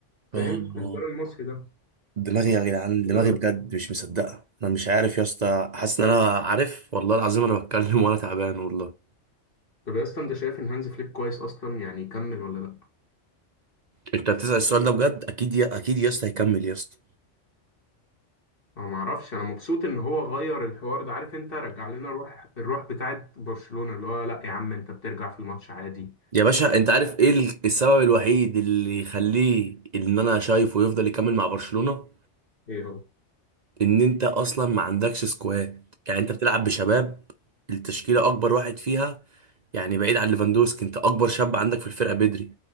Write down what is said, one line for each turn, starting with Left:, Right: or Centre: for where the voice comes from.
Left: فاهم
Right: اه
Left: الانسان المصري ده
Right: دماغي يا جدعان
Left: كده
Right: دماغي بجد مش مصدقه انا مش عارف يا اسطى حاسس ان انا عارف والله العظيم انا بتكلم وانا تعبان والله
Left: طب يا اسطى انت شايف ان هانز فليك كويس اصلا يعني يكمل ولا لا
Right: انت بتسأل السؤال ده بجد اكيد يا اكيد يا اسطى هيكمل يا اسطى
Left: انا ما اعرفش انا مبسوط ان هو غير الحوار ده عارف انت رجع لنا روح الروح بتاعت برشلونة اللي هو لا يا عم انت بترجع في الماتش عادي
Right: يا باشا انت عارف ايه ال- السبب الوحيد اللي يخليه ان انا شايفه يفضل يكمل مع برشلونة
Left: ايه هو
Right: ان انت اصلا ما عندكش سكواد يعني انت بتلعب بشباب التشكيله اكبر واحد فيها يعني بعيد عن ليفاندوسكي انت اكبر شاب عندك في الفرقه بدري